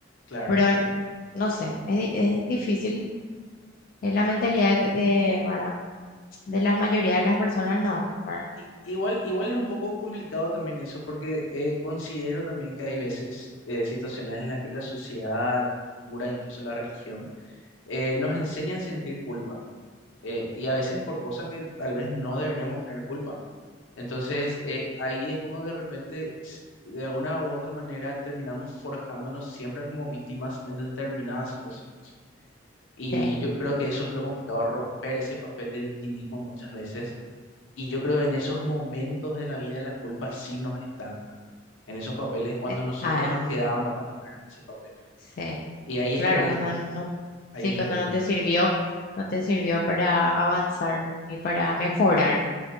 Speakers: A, on the left; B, on the left.
A: claro,
B: Pero
A: sí.
B: no sé, es, di- es difícil, es la mentalidad de, ¿verdad? De la mayoría de las personas, no, ¿verdad?
A: Y, igual, igual es un poco complicado también eso porque eh, considero también que hay veces eh, situaciones en las que la sociedad, la cultura, incluso la religión, eh, nos enseñan a sentir culpa eh, y a veces por cosas que tal vez no deberíamos tener culpa. Entonces, eh, ahí es como que de repente, s- de alguna u otra manera, terminamos forjándonos siempre como víctimas en determinadas situaciones. Y
B: Sí,
A: yo creo que eso es lo complicado, romper ese papel de victimismo muchas veces. Y yo creo que en esos momentos de la vida la culpa sí nos estanca. En esos papeles cuando
B: eh,
A: nosotros
B: am-
A: nos quedamos ahí, ¿verdad? En ese papel.
B: sí,
A: Y ahí
B: claro,
A: es terrible,
B: cuando no, no-
A: ahí
B: sí,
A: es
B: cuando
A: terrible.
B: no te sirvió, no te sirvió para avanzar ni para mejorar,